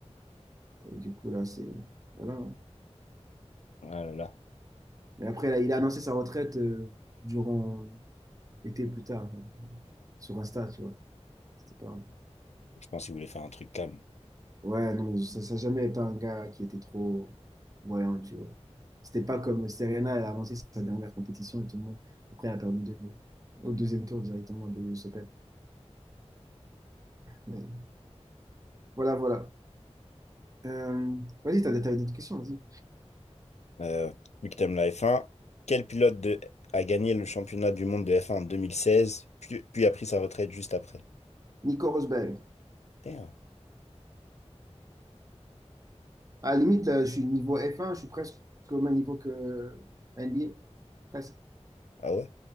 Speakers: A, on the right (about 30°); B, on the left (about 75°).
A: Et du coup, là, c'est. Voilà. hein.
B: Ah là là.
A: Mais après, là, il a annoncé sa retraite euh, durant l'été plus tard, genre, sur Insta, tu vois. C'était pas.
B: Je pense qu'il voulait faire un truc calme.
A: Ouais, non, mais ça n'a jamais été un gars qui était trop voyant, tu vois. C'était pas comme Serena, elle a avancé sa dernière compétition et tout le monde. Après, elle a perdu deux- au deuxième tour directement de l'US Open. Mais Voilà, voilà. Euh, vas-y, t'as des t'as d'autres questions, vas-y.
B: Euh, vu que t'aimes la F1, quel pilote de... a gagné le championnat du monde de F1 en 2016, puis, puis a pris sa retraite juste après?
A: Nico Rosberg.
B: Damn.
A: À la limite, euh, je suis niveau F1, je suis presque au même niveau que NBA. Presque.
B: Ah ouais?